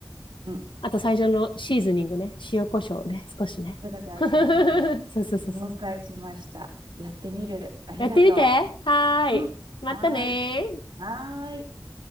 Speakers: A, on the right; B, on the left.
A: うん、
B: あと最初のシーズニングね、塩コショウね、少しね。
A: それが大事なんだね。
B: <laughs> そうそうそうそう。
A: 了解しました。やってみる。ありがと
B: やってみて。はーい。
A: う。うん。
B: またねー。
A: はーい。はーい。